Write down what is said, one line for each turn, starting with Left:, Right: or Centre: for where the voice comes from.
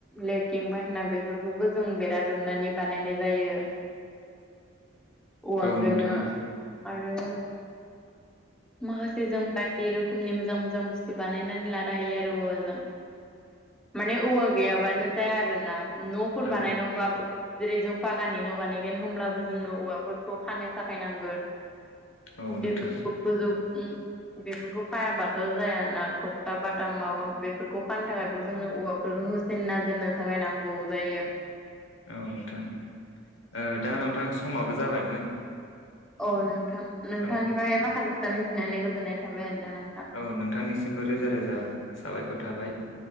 Centre: लेट्रिन बायहना बेफोरखौबो जों बेराद मोनानै बानायनाय जायो औवाजोंनो
Left: औ नोंथां
Centre: आरो माखासे जों <unintelligible> रोखोमनि मोजां मोजां बुस्थु बानायनानै लानो हायो आरो औवाजों। माने औवा गैयाबानो जाया आरोना नफोर
Left: औ
Centre: बानायनायावबाबो जेरै जों पागाननि बानायगोन हब्लाबो जोंनो औवाफोरखौ खानो थाखाय नांगोन
Left: औ नोंथां
Centre: बे गोजौ उम बेफोरखौ खायाबाथ जाया ना थक्था बाथाम माबा बेफोरखौ खानो थाखायबो जोंनो औवाफोरखौ हो सिन्ना दोननो थाखाय नांगौ जायो।
Left: औ नोंथां ओ दा नोंथां समाबो जाबायमोन।
Centre: औ नोंथां नोंथांनिफ्राय
Left: औ
Centre: माखासे खोथा मिथिनानै गोजोननाय थाबाय आरो ना नोंथां।
Left: औ नोंथांनिसिमबो रोजा रोजा साबायखर थाबाय